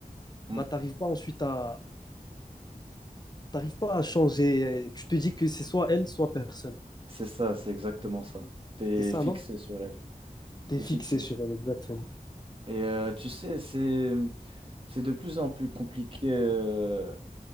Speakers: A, on the right; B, on the left.
A: Hmm.
B: bah t'arrives pas ensuite à, T'arrives pas à changer. Tu te dis que c'est soit elle, soit personne.
A: C'est ça, c'est exactement ça. T'es
B: C'est ça,
A: fixé
B: non?
A: sur elle.
B: T'es
A: T'es
B: fixé
A: fixé
B: sur
A: sur.
B: elle, exactement.
A: Et euh, tu sais, c'est c'est de plus en plus compliqué. euh,